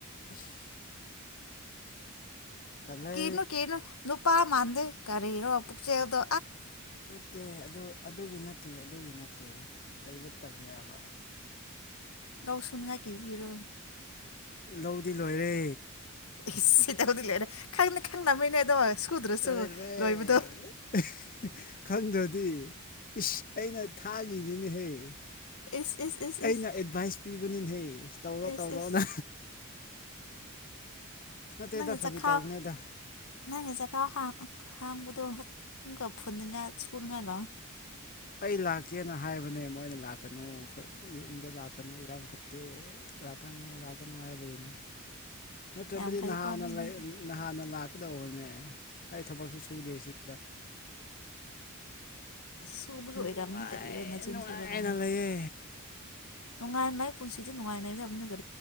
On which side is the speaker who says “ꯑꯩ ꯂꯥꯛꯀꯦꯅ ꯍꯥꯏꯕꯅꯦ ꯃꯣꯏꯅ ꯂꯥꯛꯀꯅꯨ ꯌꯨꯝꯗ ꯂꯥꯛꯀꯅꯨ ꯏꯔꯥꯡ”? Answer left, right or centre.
Left